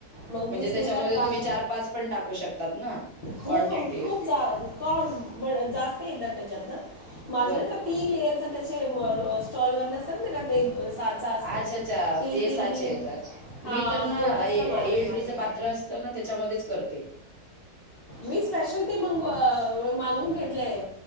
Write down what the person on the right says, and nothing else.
म्हणजे
त्याच्यामध्ये
तुम्ही चार पाच पण टाकू शकतात ना.
क्वांटिटी
बर
बर
बर
अच्छा अच्छा
ते
साचा
येत
मी तर ना
इडलीच
पात्र असतं ना त्याच्यामध्येच करते. <inaudible>